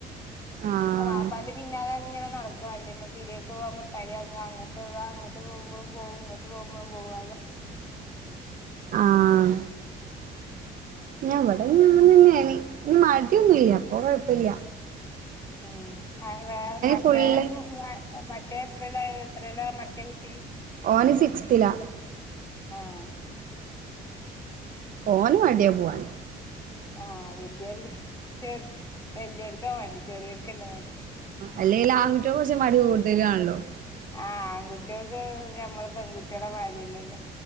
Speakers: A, on the right (about 55°); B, on the left (about 20°).
A: ആഹ് ആഹ്
B: ആ വപ്പാന്റെ പിന്നലെ അങ്ങനെ നടക്കും. വണ്ടിമേ പിഡിയോക്ക് പോവാ മുട്ടായി വങ്ങ അങട്പോവാ. അങ്ങോട്ട് പോകുമ്പോയും പോകും ഇങ്ങോട്ട് പോകുമ്പോയും പോകും
A: ആഹ ഞൻ ഇവിടന്നന്ന് <unintelligible> ഇനി മടിയൊന്നുല്ല അപ്പ കൊഴപ്പമില്ല.
B: ഉം വേറെ മറ്റേരു
A: ഫുള്ള്
B: മറ്റേ എത്രല്ല എത്രയിലാ മറ്റേ കുട്ടി.
A: ഓനി സിക്സ്ത്തിലാ.
B: ആഹ
A: ഓന് മടിയാ പോവാൻ.
B: ആഹ വലിയൊർക്ക് ചെ വല്യർക്കാ മടി ചെറിയർക്കല്ലാ മടി <inaudible>
A: അല്ലെങ്കിൽ ആൺകുട്ടികൾക്ക്. കുറച്ച് മടി കൊടുത്തുകയാണല്ലോ.
B: ആഹ ആൺകുട്ടികൾക്ക് ഞമ്മള് പെൺകുട്ടികള മാരില്ലല്ലോ?